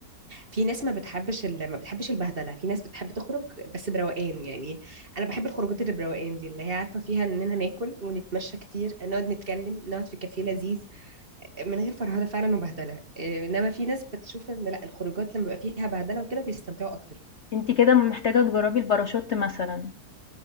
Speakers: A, on the right; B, on the left.
A: في ناس ما بتحبش ال... ما بتحبش البهدله في ناس بتحب تخرج بس بروقان يعني انا بحب الخروجات اللي بروقان دي اللي هي عارفه فيها اننا ناكل ونتمشى كتير نقعد نتكلم نقعد في كافيه لذيذ من غير فرهده فعلا وبهدله إيه، انما في ناس بتشوف ان لا الخروجات لما بيبقى فيها بهدله وكده بيستمتعوا اكتر
B: أنتِ كده محتاجة تجرّبي الباراشوت مثلًا.